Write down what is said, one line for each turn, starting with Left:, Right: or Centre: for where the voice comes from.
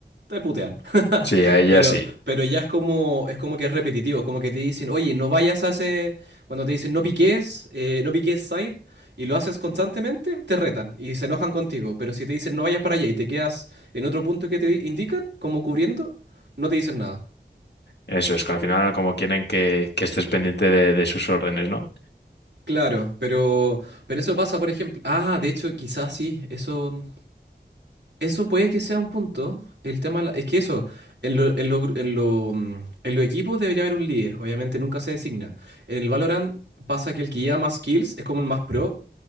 Right: te putean. <laughs>
Left: Sí, a ella
Right: Pero
Left: sí.
Right: pero ya es como es como que es repetitivo, es como que te dicen, "Oye, no vayas a ese cuando te dicen no piques, eh, no piques side y lo haces constantemente, te retan y se enojan contigo, pero si te dicen no vayas para allá y te quedas en otro punto que te di- indican, como cubriendo, no te dicen nada.
Left: Eso es, que al final como quieren que, que estés pendiente de, de sus órdenes, ¿no?
Right: Claro, pero, pero eso pasa, por ejemplo. Ah, de hecho, quizás sí, eso, eso puede que sea un punto. El tema de la- es que eso, en lo, en lo gru- en lo, mm, en los equipos debería haber un líder, obviamente nunca se designa. En el Valorant pasa que el que lleva más kills es como el más pro,